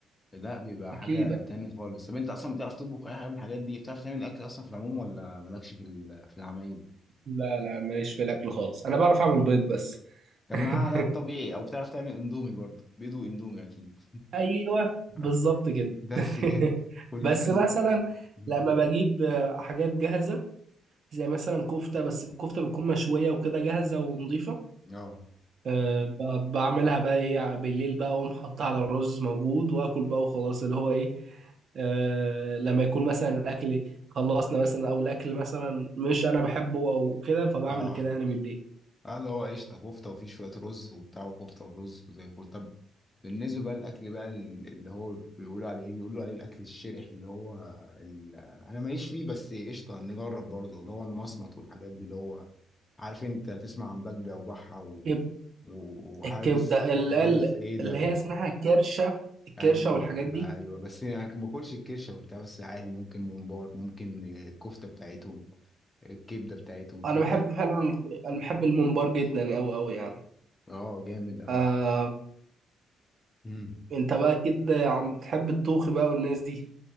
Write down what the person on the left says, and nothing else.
لا بيبقى
حاجة تاني خالص طب انت اصلا بتعرف تطبخ اي حاجة من الحاجات دي بتعرف تعمل الاكل اصلا في العموم ولا مالكش في ال- في العمايل
طب
ما ده الطبيعي او بتعرف تعمل اندومي برضه بيض واندومي اكيد
<laughs>
بس
كده كلنا
بنعمل
كده مم.
اه
اه
اه اللي هو قشطة كفتة وفيه شوية رز وبتاع وكفتة ورز وزي الفل طب بالنسبة بقى للأكل بقى ال- اللي هو بيقولوا عليه إيه بيقولوا عليه الأكل الشرح اللي هو ال... أنا ماليش فيه بس قشطة نجرب برضه اللي هو المصمت والحاجات دي اللي هو عارف أنت تسمع عن بجة وبحة و...
و- وحوابس
حوابس
سيدة
و...
أيوه
أيوه بس أنا ما باكلش الكرشة وبتاع بس عادي ممكن ممبار ممكن الكفتة بتاعتهم الكبدة بتاعتهم فاهم؟
أه جامد
أوي